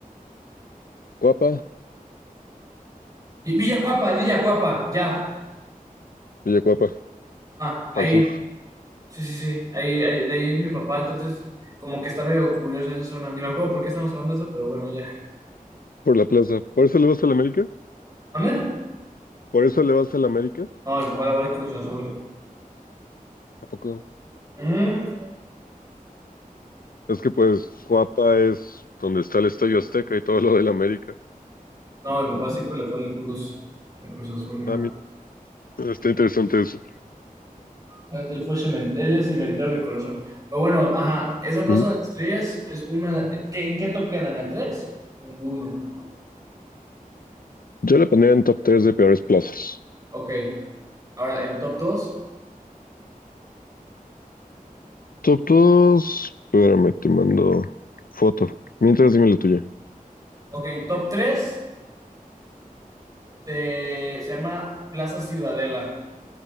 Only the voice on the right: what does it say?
Vi- Villacuapa, es Villacuapa, ya.
Ah, ahí,
sí, sí, sí, ahí, ahí, de ahí es mi papá, entonces como que está medio curioso esa zona. Ni me acuerdo por qué estamos hablando de eso, pero bueno, ya.
¿Mande?
No, mi papá le va al Cruz Azul.
Ujú.
No, mi papá siempre le fue al Cruz, al Cruz Azul.
Él él fue cemen- él es cementero de corazón. Pero bueno, ajá, esa Plaza
de Estrellas es una... ¿Qué- ¿En qué top quedan? ¿En la 3? En el uno.
Ok. Ahora, el top dos.
Ok, top 3. este, se llama Plaza Ciudadela.